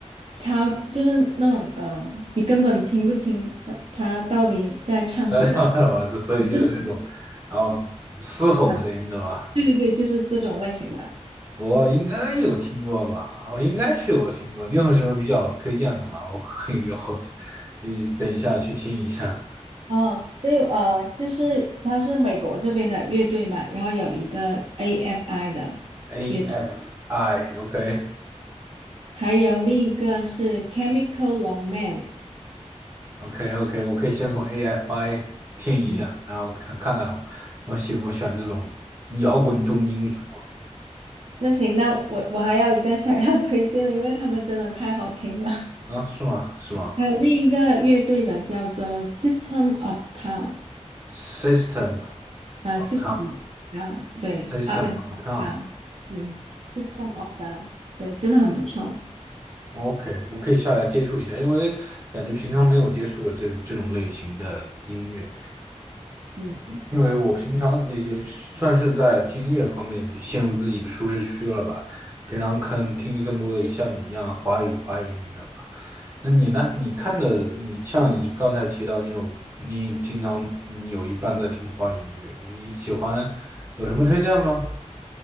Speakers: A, on the right (about 55°); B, on the right (about 20°).
A: 超就是那种呃，你根本听不清的他到底在唱什么，
B: 大家知道吧？就所以就有那种，
A: 就是
B: 然后嘶吼声音的吧，
A: 很对对对，就是这种类型的。
B: 我应该有听过吧？我应该是有听过。你有什么比较推荐的吗？我可以后，呃，等一下去听一下
A: 哦，对，呃，就是他是美国这边的乐队嘛，然后有一个 AFI 的
B: AFI，OK。
A: 乐队，
B: A F I，OK，
A: 还有另一个是 Chemical Romance。
B: OK OK，我可以先从 AFI 听一下，
A: 嗯，
B: 然后看看看我喜不喜欢这种摇滚重金属
A: 那行，那我我还有一个想要 <laughs> 推荐的，因为他们真的太好听了。<laughs>
B: 啊？是吗？是吗
A: 还有另一个乐队的叫做 System of Down，
B: ？System
A: 啊
B: of
A: s y s t e m Down，对，Up
B: Town，System
A: and
B: of
A: Down，嗯，System of Down，对，真的很不错。
B: Town，OK，我可以下来接触一下，因为感觉平常没有接触过这这种类型的音乐，
A: 嗯。
B: 因为我平常也也算是在听音乐方面陷入自己的舒适区了吧，平常看听的更多的像你一样华语华语音乐。那你呢？你看的，你像你刚才提到，你有你平常你有一半在听花语音乐，你喜欢有什么推荐吗